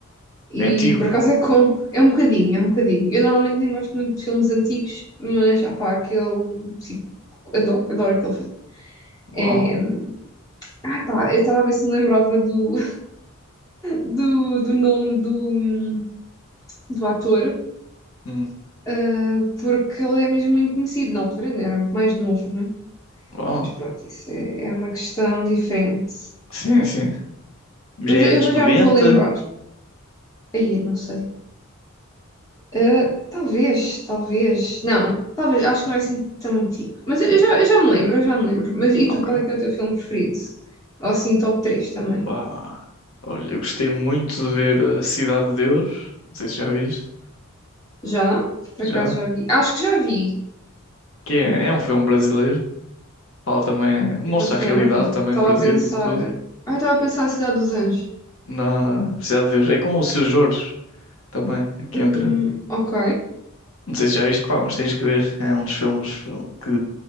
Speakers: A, on the left; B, on the left.
A: e
B: É antigo.
A: por acaso é com, é um bocadinho, é um bocadinho. Eu normalmente nem gosto muito de filmes antigos, mas, ah pá, aquele, tipo, adoro, adoro aquele filme.
B: Uau.
A: É, ah pá, eu estava a ver se me lembrava do, do, do nome do, do ator,
B: Hum.
A: ah, porque ele é mesmo muito conhecido. Na altura ainda era muito mais novo, não é?
B: Oh,
A: Mas pronto, isso é, é uma questão diferente.
B: sim, sim. Já
A: Mas
B: é
A: eu
B: anos
A: vou,
B: 90.
A: já me vou lembrar. Aí, eu não sei. Ah, talvez, talvez. Não, talvez, acho que não é assim tão antigo. Mas eu, eu já, eu já me lembro, eu já me lembro. Mas e
B: Ok.
A: tu, qual é que é o teu filme preferido? Ou assim, top 3 também.
B: Pá. Olha, eu gostei muito de ver a Cidade de Deus. Não sei se já viste.
A: Já? Por
B: Já.
A: acaso já vi? Acho que já vi.
B: Que é, é um filme brasileiro. Fala também. Mostra
A: Então, se
B: a
A: calhar
B: realidade
A: não vi.
B: também
A: Estava
B: no Brasil,
A: a pensar.
B: isso tudo.
A: Ah, estava a pensar a Cidade dos Anjos.
B: Não, não, não. Cidade de Deus. É com o Seu Jorge também, que
A: Hum,
B: entra.
A: ok,
B: Não sei se já viste, pá, mas tens que ver. É um dos filmes que.